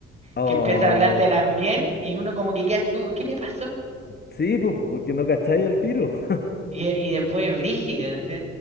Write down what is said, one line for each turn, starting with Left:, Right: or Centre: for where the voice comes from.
Left: Oh,
Right: que empieza a hablar de las miel y uno como que queda así como, ¿qué le pasó?
Left: sí, pues, porque no cacháis al tiro. <laughs>
Right: Y, y después es brígido, ¿sí?